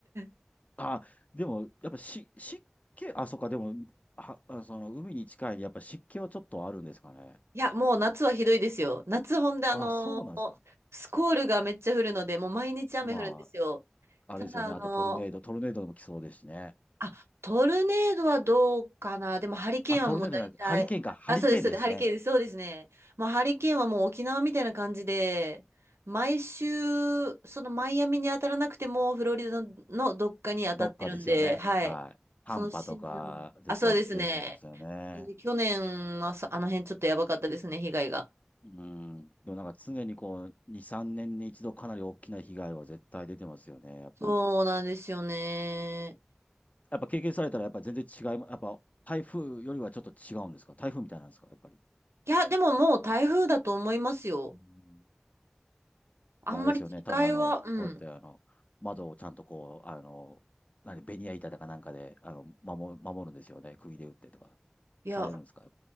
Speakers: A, on the right (about 75°); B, on the left (about 35°).
A: <laughs>
B: あ、でも、やっぱし、湿気、あ、そっか、でも、は、あ、その、海に近いで、やっぱ湿気はちょっとあるんですかね。
A: いや、もう夏はひどいですよ。夏ほんで、あのースコールがめっちゃ降るので、
B: あ、そうなんですか。
A: もう毎日雨降るんですよ。
B: まあ、
A: ただ、
B: あれですよね。
A: あのー
B: あとトルネード、トルネードも来そうですしね。
A: あ、トルネードはどうかな。でも、ハリケーンはもう大体、
B: あ、トルネードじゃなくて、ハリケーンか、ハリケーンですね。
A: あ、そうです、そうですハリケーンです、そうですね。まあ、ハリケーンはもう沖縄みたいな感じで、毎週、そのマイアミに当たらなくても、フロリダのどっかに当たってるんで、
B: どっかですよね。
A: はい。
B: はい。短波とかで、
A: そのシーズン、あ、
B: そのケースもですよね。
A: そうですね。なんで去年はそあの辺ちょっとやばかったですね、被害が。
B: うん。でもなんか常にこう、2、3年に一度かなり大きな被害は絶対出てますよね、やっぱり。
A: そうなんですよね。
B: やっぱ経験されたら、やっぱ全然違いま、やっぱ台風よりはちょっと違うんですか台風みたいなんですかやっぱり。
A: いや、でももう台風だと思いますよ。
B: うん。
A: あんまり違いは、
B: で、あれですよね。多分あの、
A: うん。
B: こうやってあの、窓をちゃんとこう、あの、何、ベニヤ板だかなんかで、あの、守る、守るんですよね。釘で打ってとか、
A: いや、
B: されるんですか